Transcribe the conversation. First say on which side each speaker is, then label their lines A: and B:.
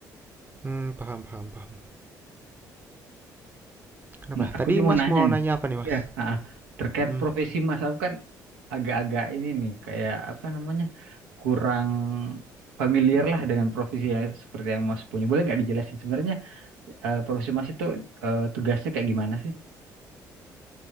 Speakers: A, on the right; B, on the right.
A: Mmm, paham paham paham. Kenapa?
B: Nah, aku
A: Tadi
B: cuma mau
A: Mas
B: nanya
A: mau
B: nih.
A: nanya apa nih Mas?
B: Ya, ah, ah. terkait
A: Mhm.
B: profesi Mas, aku kan agak-agak ini nih, kayak apa namanya, kurang familiar lah dengan profesi yang seperti yang Mas punya. Boleh nggak dijelasin sebenarnya eh, profesi Mas itu eh, tugasnya kayak gimana sih?